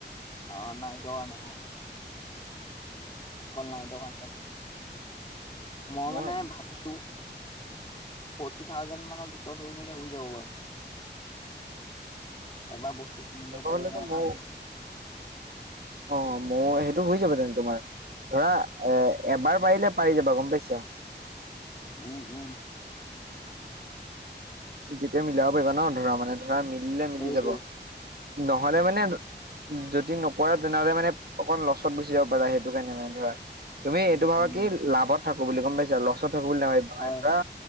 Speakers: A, on the left; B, on the right.
A: অ নাই যোৱা নাই অ কল নাইটো কাকে <unintelligible>
B: আউট
A: মই মানে ভাবিছো ফৰ্টি থাউজেণ্ড মানৰ ভিতৰত হৈ গলে হৈ যাব বাৰু এবাৰ বস্তু কুনিলেও
B: হ'লেতো
A: পাৰিলে মানে
B: মৌ
A: ভালেওঁ
B: অ মই সেইটো হৈ যাব তেন তোমাৰ ধৰা এ এবাৰ পাৰিলে পাৰি যাবা গম পাইছা
A: উম উম
B: যেতিয়া মিলাব পাৰিবা ন ধৰা মানে ধৰা মিলিলে মিলি
A: সেইটোৱে
B: যাব নহলে মানে যদি নকৰা তেনেহলে মানে অকণ লচত গুচি যাব পাৰা সেইটো কাৰণে মানে ধৰা তুমি এইটো
A: উম
B: ভাবা
A: উম
B: কি লাভত থাকো বুলি গম পাইছা লচত থ নে ধৰা
A: হয়